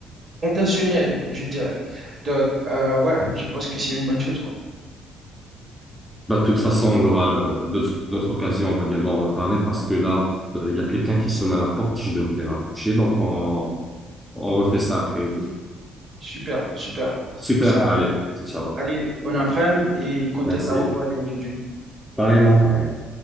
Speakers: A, on the right; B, in the centre.
A: intentionnels, je dirais. Donc, euh, ouais, je pense que c'est une bonne chose, quoi.
B: Bah, de toute façon, on aura le- d'autres, d'autres occasions, on va dire, d'en reparler parce que là, euh, il y a quelqu'un qui sonne à la porte, je devrais raccrocher. Donc, on, on refait ça après.
A: Super, super.
B: Super,
A: Ça,
B: allez, ciao.
A: allez, bon après-midi et content
B: Merci.
A: d'avoir parlé aujourd'hui.
B: Pareillement, pareillement.